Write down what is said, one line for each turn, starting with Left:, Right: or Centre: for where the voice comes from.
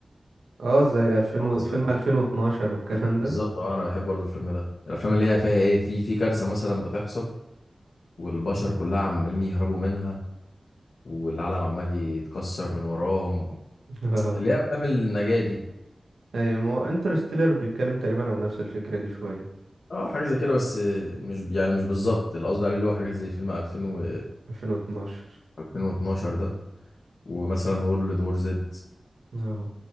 Right: اه زي 2000
Left: هو
Right: و...
Left: مثلا
Right: فيلم 2012 والكلام ده
Left: بالظبط اه انا بحب برضه الفيلم ده الافلام اللي هي فيها ايه في في كارثه مثلا بتحصل والبشر كلها عمالين يهربوا منها والعالم عمال يتكسر من وراهم
Right: <laughs>
Left: اللي
Right: اه
Left: هي افلام النجاة دي
Right: ايوه ما هو انترستيلر بيتكلم تقريبا عن نفس الفكرة دي شوية
Left: اه حاجه زي كده بس مش يعني مش بالظبط اللي قصدي عليه اللي هو حاجات زي فيلم 2000 و
Right: 2012
Left: 2012 ده ومثلا وورلد وور زد
Right: اه